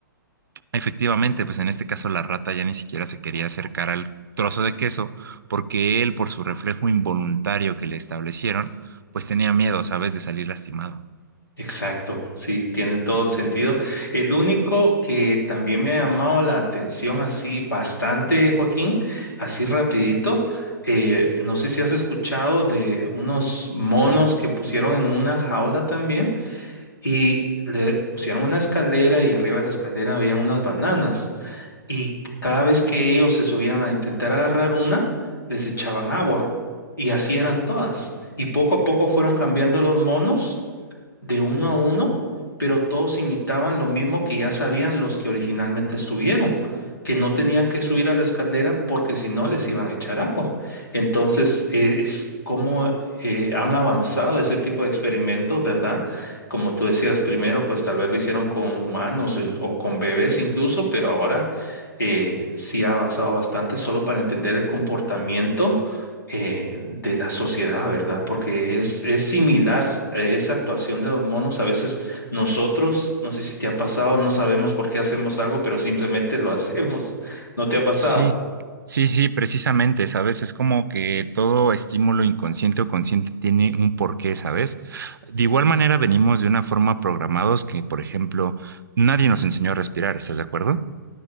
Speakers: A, on the right; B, on the left.
A: Efectivamente, pues en este caso la rata ya ni siquiera se quería acercar al trozo de queso porque él, por su reflejo involuntario que le establecieron, pues tenía miedo, ¿sabes?, de salir lastimado.
B: Exacto, sí, tiene todo sentido. El único que también me ha llamado la atención así bastante, Joaquín, así rapidito, eh, no sé si has escuchado de unos monos que pusieron en una jaula también y le pusieron una escalera y arriba de la escalera había unas bananas y cada vez que ellos se subían a intentar agarrar una, les echaban agua y así eran todas. Y poco a poco fueron cambiando los monos de uno a uno, pero todos imitaban lo mismo que ya sabían los que originalmente estuvieron, que no tenían que subir a la escalera porque si no les iban a echar agua. Entonces, eh, es como eh, han avanzado ese tipo de experimentos, ¿verdad? Como tú decías primero, pues tal vez lo hicieron con humanos o, in- o con bebés incluso, pero ahora eh, sí ha avanzado bastante solo para entender el comportamiento eh, de la sociedad, ¿verdad? Porque es, es similar, eh, esa actuación de los monos, a veces nosotros, no sé si te ha pasado, no sabemos por qué hacemos algo, pero simplemente lo hacemos. <laughs> ¿No te ha pasado?
A: Sí, sí, sí, precisamente, ¿sabes? Es como que todo estímulo inconsciente o consciente tiene un porqué, ¿sabes? De igual manera venimos de una forma programados que, por ejemplo, nadie nos enseñó a respirar, ¿estás de acuerdo?